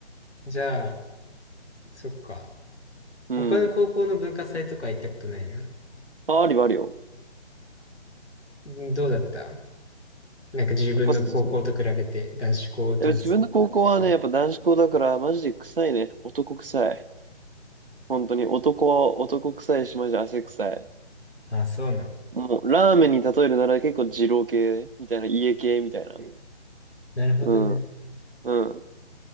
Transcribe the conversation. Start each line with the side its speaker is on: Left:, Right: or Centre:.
Left: じゃあ、そっか。
Right: うん。
Left: 他の高校の文化祭とか行ったことないな。
Right: あ、ありはあるよ。
Left: んどうだったなんか自分の高校と比べて男子校とす、
Right: やっぱ、やっぱ自分の高校はね、
Left: うん
Right: やっぱ男子校だから、マジで臭いね。男臭い。本当に、男は男臭いし、マジで汗臭い。
Left: あ、そうなの。
Right: もう、ラーメンに例えるなら結構二郎系みたいな、家系みたいな。
Left: なるほどね。
Right: うん、うん。